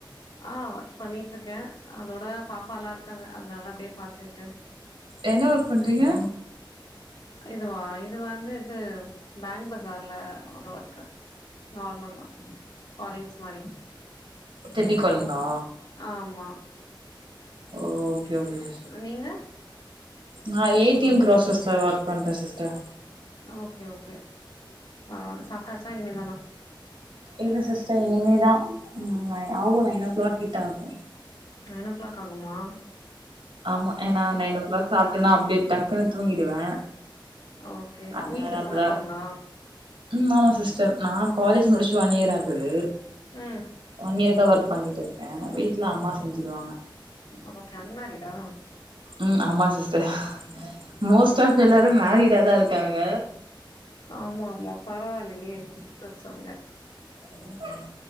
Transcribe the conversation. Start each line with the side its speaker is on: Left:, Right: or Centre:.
Left: ஆ ஒர்க் பண்ணிட்ருக்கே அதோட பாப்பா எல்லா இருக்காங்க அதனால அப்டியே பாத்து
Right: என்ன ஒர்க் பண்றீங்க
Left: இதுவா இது வந்து இது பேங்க் பஜார்ல ஒரு ஒர்க்கு நார்மல் தா காலிங்ஸ் மாரி
Right: டெட்டிகாலிங்கா
Left: ஆமா
Right: ஓகே ஓகே சிஸ்
Left: நீங்க
Right: நா ஏ டி எம் க்ராசஸ்ல ஒர்க் பண்ற சிஸ்டர்
Left: ஓகே ஓகே அ சாப்ட்டாச்சா இனிமேல் தானா
Right: இல்ல சிஸ்டர் இனிமே தா ம் நை ஆகு நைன் ஓ க்ளாக் கிட்ட ஆகு
Left: நைன் ஓ க்ளாக் ஆகுமா
Right: ஆமா ஏனா நைன் ஓ க்ளாக் சாப்ட்னா அப்டியே டக்குனு தூங்கிடுவே
Left: ஓகே
Right: அதனால
Left: வீட்ல
Right: அப்பதா
Left: சமைப்பாங்ளா
Right: ம் ஆமா சிஸ்டர் நா காலேஜ் முடிச்சி ஒன் இயர் ஆகுது
Left: ம்
Right: ஒன்னியர் தா ஒர்க் பண்ணிட்ருக்கே வீட்ல அம்மா செஞ்சிடுவாங்க
Left: ஓகே அன்மேரிடா
Right: ம் ஆமா சிஸ்டர் மோஸ்ட் ஆப் எல்லாரு மேரிடா தா இருக்காங்க
Left: ஆமாமா பரவால்லயே குடுத்து வெச்சவுங்க
Right: ம் ஹீம்